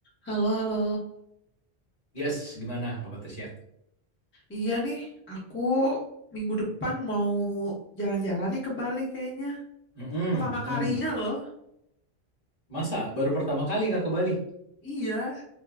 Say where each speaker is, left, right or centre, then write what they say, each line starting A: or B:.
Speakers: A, on the left; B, on the left.
A: Halo, halo.
B: Yes, gimana Kabar Tasya?
A: Iya nih, aku minggu depan mau jalan-jalan nih ke Bali kayaknya.
B: Mm-mm,
A: Pertama
B: mm-mm.
A: kalinya loh.
B: Masa baru pertama kali Kak ke Bali?
A: Iya,